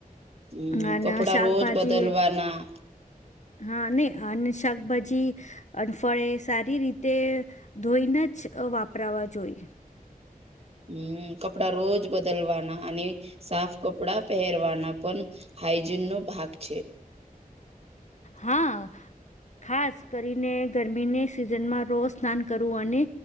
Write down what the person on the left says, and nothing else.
અને
શાકભાજી
હા નહી અને શાકભાજી અને ફળ સારી રીતે ધોઈને જ વાપરાવા જોઈએ.
હા ખાસ કરીને ગરમીની સિઝનમાં રોજ સ્નાન કરવું અને